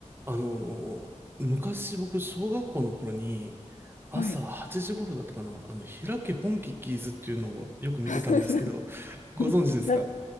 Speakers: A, on the right; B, on the left.
A: あの、昔僕、小学校の頃に、
B: はい。
A: 朝8時頃だったかな、あの、開けポンキッキーズっていうのをよく見てたんですけど、
B: <laughs>
A: ご存知ですか
B: だ